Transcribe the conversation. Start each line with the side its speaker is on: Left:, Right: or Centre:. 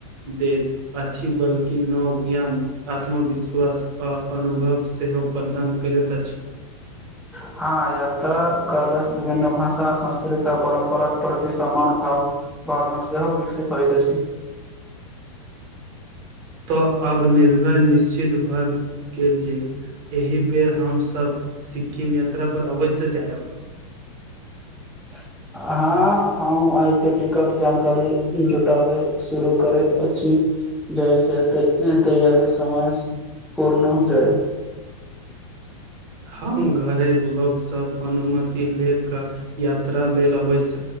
Right: दैत अछि बल्कि नव ज्ञान आत्मविश्वास आ अनुभव सेहो। प्रदान करैत अछि।
Centre: हँ य तऽ कलस विभिन्न भाषा संस्कृति आ परम्परााक प्रति समान भाव। बमक सेहो सेहो विकसित होइत छै।
Right: तऽ आब निर्णय निश्चित भए गेल छै। एहि बेर हमसभ सिक्किम यात्रा पर अवश्य जायब।
Centre: <inaudible> हँ हम अहिके टिकट जानकारी जुटाबै शुरू करैत अछि। जाै से तैयारी समय पूर्ण हो जाइ। ह <inaudible>
Right: हम घर लोक, सब अनुमति ले क यात्रा लेल अबश।